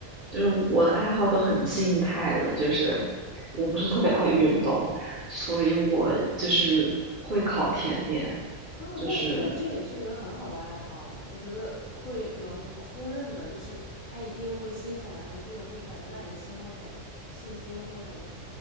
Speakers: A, on the right; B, on the left.
A: 就是我的爱好都很静态的，就是我不是特别爱运动，所以我就是会烤甜点，
B: 啊，
A: 就是
B: 哦那那这也是一个很好的爱好，我觉得会能公认的，就是他一定会心很安静，会很耐心，会很细心，会很